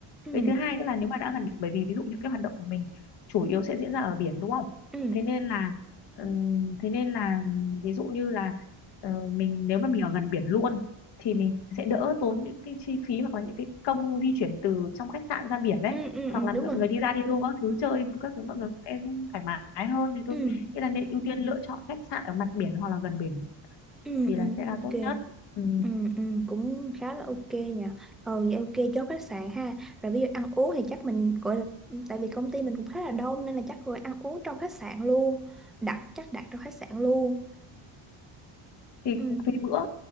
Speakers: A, in the centre; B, on the left.
A: ừ
B: với thứ hai nữa là nếu mà đã gần biển bởi vì ví dụ những cái hoạt động của mình chủ yếu sẽ diễn ra ở biển đúng không
A: ừ
B: thế nên là ừm, thế nên là ví dụ như là ờ, mình nếu mà mình ở gần biển luôn thì mình sẽ đỡ tốn những cái chi phí hoặc là những cái công di chuyển từ trong khách sạn ra biển đấy
A: ừ ừ, ừ,
B: hoặc
A: ừ,
B: là
A: đúng
B: mọi
A: rồi
B: người đi ra đi du các thứ chơi các thứ mọi người cũng sẽ thoải mái hơn thì tôi
A: ừ
B: Nghĩa là nên ưu tiên lựa chọn khách sạn ở mặt biển hoặc là gần biển
A: ừ
B: thì là
A: ừ
B: sẽ là
A: ok
B: tốt nhất. Ừ.
A: Ừ, ừ, cũng khá là ok nhỉ ờ vậy ok chốt khách sạn ha rồi ví dụ ăn uống thì chắc mình gọi là tại vì công ty mình cũng khá là đông nên là chắc gọi ăn uống trong khách sạn luôn đặt chắc đặt trong khách sạn luôn
B: Thì
A: ừ,
B: cũng tùy bữa,